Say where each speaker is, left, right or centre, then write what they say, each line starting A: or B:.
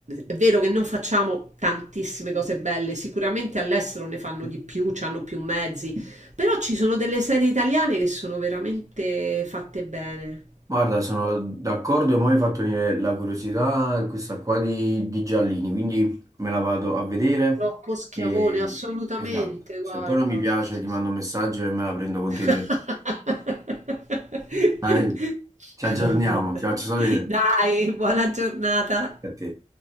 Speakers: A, on the right (about 65°); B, on the right (about 25°).
A: è vero che non facciamo tantissime cose belle, sicuramente all'estero ne fanno di più, hanno più mezzi, però ci sono delle serie italiane che sono veramente fatte bene.
B: guarda, sono d'accordo e mo' mi hai fatto venire la curiosità questa qua di, di Giallini, quindi me la vado a vedere
A: Rocco Schiavone,
B: e...
A: assolutamente,
B: Esatto, se
A: guarda,
B: poi non mi piace
A: sì, sì,
B: ti mando
A: sì.
B: un messaggio e me la prendo con
A: <laughs>
B: te direttamente. Dai, ci aggiorniamo,
A: Vabbè.
B: ti faccio sapere.
A: Dai, buona giornata.
B: A te.